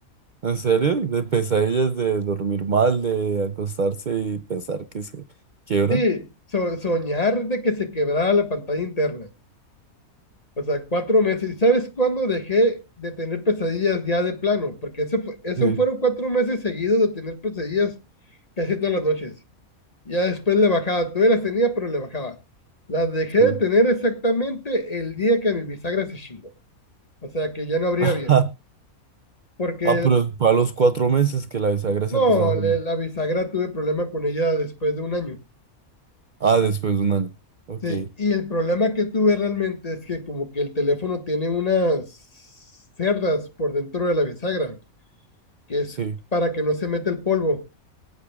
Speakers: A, on the right (about 50°); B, on the left (about 25°).
A: ¿En serio? De pesadillas, de dormir mal, de acostarse y pensar que se quiebra.
B: Sí, so- soñar de que se quebraba la pantalla interna. O sea, cuatro meses. ¿Y sabes cuándo dejé de tener pesadillas ya de plano? Porque eso, fue- eso
A: Sí,
B: fueron cuatro meses seguidos de tener pesadillas casi todas las noches. Ya después le bajaba, todavía las tenía, pero le bajaba. Las dejé
A: sí.
B: de tener exactamente el día que mi bisagra se chingó. O sea que ya no abría
A: <laughs>
B: bien. Porque,
A: Ah, pero fue a los cuatro meses que la bisagra
B: no,
A: se empezó a juntar.
B: le- la bisagra tuve problema con ella después de un año.
A: Ah, después de un año. Ok,
B: Sí, y el problema que tuve realmente es que como que el teléfono tiene unas cerdas por dentro de la bisagra, que es
A: sí,
B: para que no se meta el polvo.